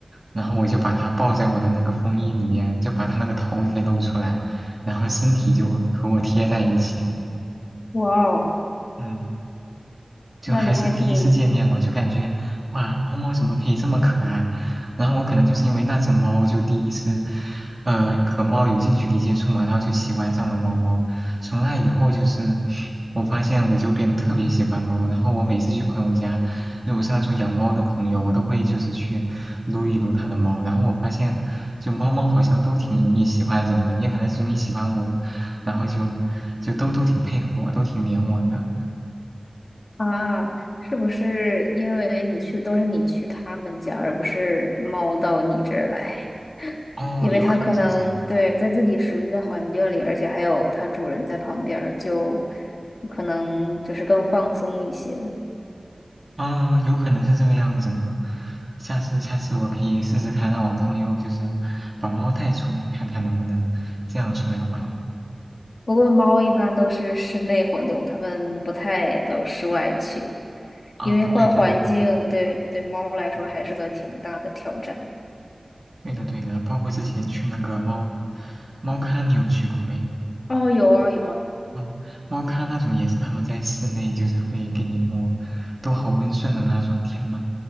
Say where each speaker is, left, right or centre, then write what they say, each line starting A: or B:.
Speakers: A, on the right (about 30°); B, on the left (about 70°).
A: 然后我就把他抱在我的那个风衣里面，就把他那个头给露出来，然后身体就和我贴在一起。
B: 哇哦，
A: 嗯。就还是第一次见面，
B: 那你还挺
A: 我就感觉哇，猫猫怎么可以这么可爱？然后我可能就是因为那只猫，就第一次，呃，和猫有近距离接触嘛，然后就喜欢上了猫猫。从那以后，就是我发现我就变得特别喜欢猫。然后我每次去朋友家，如果是那种养猫的朋友，我都会就是去撸一撸它的猫。然后我发现，就猫猫好像都挺容易喜欢人的，也可能是容易喜欢我，然后就就都都挺配合我，都挺黏我的。
B: 啊，是不是因为你去都是你去他们家，而不是猫到你这儿来？
A: 哦，
B: 因为它可能对在自己熟悉的环境里，
A: 有可能是这样。
B: 而且还有它主人在旁边儿，就可能就是更放松一些。
A: 啊，有可能是这个样子呢。下次下次我可以试试看，让我朋友就是把猫带出来，看看能不能这样出来玩。
B: 不过猫一般都是室内活动，它们不太到室外去，
A: 啊，
B: 因为换环境对对猫来说还是个挺大的挑战。
A: 对的对的，嗯对的对的，包括之前去那个猫猫咖，你有去过没？
B: 哦，有啊有啊。
A: 嗯，猫咖那种也是他们在室内就是会给你摸，都好温顺的那种，天呐。